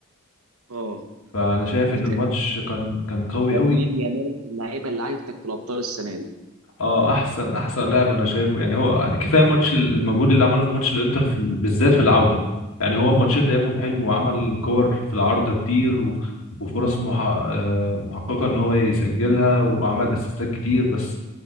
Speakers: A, on the right (about 85°); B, on the left (about 70°).
A: اه
B: فأنا شايف
A: انت
B: إن الماتش كان كان قوي
A: لامين
B: قوي
A: يامال من اللعيبه اللي عجبتك في الابطال السنه دي؟
B: اه احسن احسن لاعب انا شايفه يعني هو كفايه ماتش ال- المجهود اللي عمله في ماتش الانتر في ال- بالذات في العوده يعني هو الماتشين لعبهم حلو وعمل كور في العارضه كتير و... وفرص مح... آه، محققه ان هو يسجلها وعمل اسيستات كتير بس